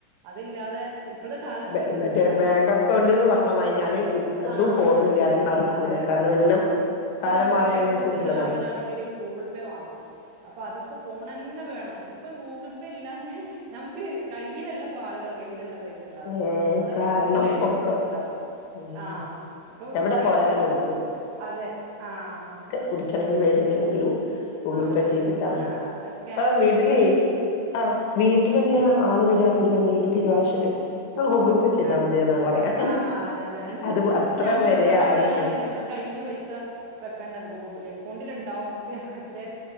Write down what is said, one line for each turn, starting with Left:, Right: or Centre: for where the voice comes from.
Right: അതില്ലാതെ ഇപ്പളത്തെ കാലത്ത്
Left: ബേ
Right: പറ്റൂല.
Left: മറ്റേ ബാങ്ക് അക്കൗണ്ട്ന്ന് പറഞ്ഞ മാതിരിയാണ് ഇതും
Right: ആഹ്
Left: ഫോണും
Right: അതന്നെ
Left: ഇല്ലാതെ നടക്കൂല
Right: അതെ അതെ.
Left: കാരണം എല്ലാം
Right: ആഹ് പിന്നെപ്പോ
Left: കാലം മാറുന്നതിനനുസരിച്ചുള്ളതാണ്
Right: ഏഹ് അക്കൗണ്ട്ള്ള ആളുകളാണെങ്കിൽ ഗൂഗിൾ പേ വാണം. അപ്പൊ അതൊക്കെ ഫോണന്നെ വേണം ഇപ്പം ഗൂഗിൾ പേ ഇല്ലാതെ. ഞമക്ക് കയ്യിലല്ലപ്പം ആളുകളെ കയ്യിലല്ല പൈസ ഇണ്ടാവാ
Left: ഉം
Right: ഞമ്മളെ
Left: കാരണം
Right: എക്കൗണ്ടിലായിരിക്കും
Left: പൊക്കം
Right: പൈസണ്ടാവ.
Left: ഉം
Right: ആഹ് ഇപ്പൊ
Left: എവിടെ
Right: പാ
Left: പോയാലും
Right: ഫോൺ അതെ ആഹ്.
Left: കുടിക്കണെങ്കിലും വര്ണെങ്കിലും ഗൂഗിൾ
Right: അതന്നെ.
Left: പേ ചെയ്തിട്ടാണ്.
Right: ആ. അത് സ്കാനർ
Left: പ്പം
Right: ഉണ്ടെങ്കിൽ
Left: വീട്ടില്
Right: ഇപ്പം
Left: ആഹ് വീട്ടിലന്നെ ആള് വരാണെങ്കിൽ എന്തെങ്കിലും പിരുവാവശ്യത്തിന്. നിങ്ങൾ ഗൂഗിൾ പേ ചെയ്താ
Right: ആഹ്
Left: മതിയെന്നാ പറയാ
Right: ആഹ് അതന്നെ അഹന്നെ
Left: അത് അത്ര
Right: ഞമ്മക്കും
Left: വരെ
Right: സമാധാനാണ്
Left: ആയിണ്
Right: ഞമ്മളെ കയ്യിൽ പൈ സ വെക്കണ്ട ഗൂഗിൾ പേ എക്കൗണ്ടിൽ ഇണ്ടാവും പക്ഷെ